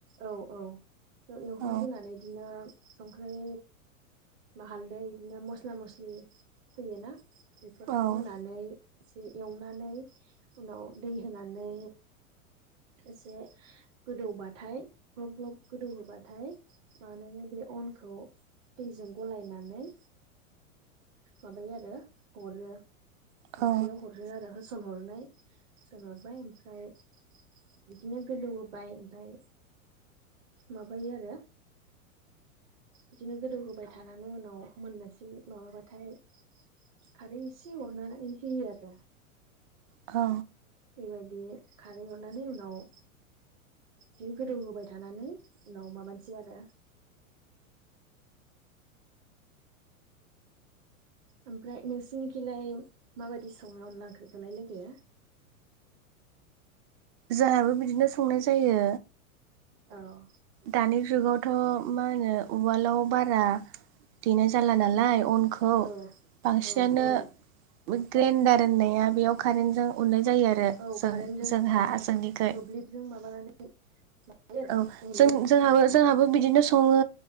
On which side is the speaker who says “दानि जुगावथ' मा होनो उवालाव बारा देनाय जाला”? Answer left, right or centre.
Right